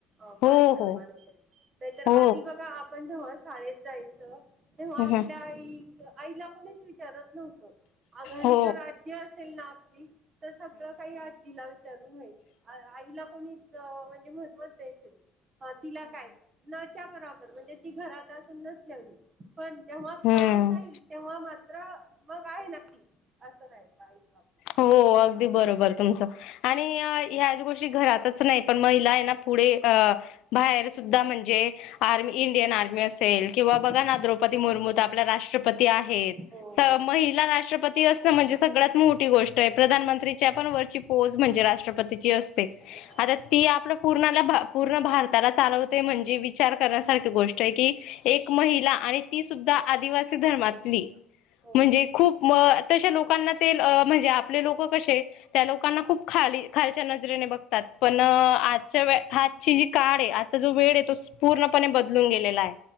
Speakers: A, on the right; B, on the left.
A: अ
B: हो
A: मान सन्मान
B: हो
A: वगैरे नाहीतर
B: हो
A: आधी बघा आपण जेवा शाळेत जायचं तेव्हा
B: हो
A: आपल्या आई आईला कोणीच विचारत नव्हत अ घरी
B: हो
A: ज तर आपली तर सगळ काही आजीला विचारून घ्यायची आईला कोणच म्हणजे महत्त्वाच द्यायचं तिला काय न च्या बरोबर म्हणजे ती घरातून नसलेली पण जेव्हा
B: हम्म
A: काम राहील तेव्हा - <unintelligible> र मग आहे ना ती असं राहायच इ
B: हो अगदी बरोबर तुमचं आणि ह्याच गोष्टी घरातच नाही पण महिला आहे ना पुढे <inaudible> बाहेर सुद्धा म्हणजे आर् इंडियन आर्मी अस किंवा
A: आपल्या
B: बघा ना द्रौपदी मुर्मू आपल्या राष्ट्रपती आहेत.
A: हो
B: महिला राष्ट्रपती- ती असं म्हणजे सगळ्यात मोठी गोष्ट आहे प्रधानमंत्रीच्या पण वरची पोज म्हणजे राष्ट्रपती.
A: हो
B: आता ती आपल्या पू पूर्ण भारताला चालवते म्हणजे विचार करण्यासारं गोष्ट आहे की एक महिला आणि ती सुद्धा आदिवासी धर्मातली.
A: हो
B: म्हणजे खूप तशे लोकांना ते - म्हणजे आपले लोक कसे त्या लोकांना खूप खा खालच्या नजरेने बघतात, पण आजच्या- आातची जी काळ आहे आजचा जो वेळ आहे तो पूर्णपणे बदलून गेलेला आहे.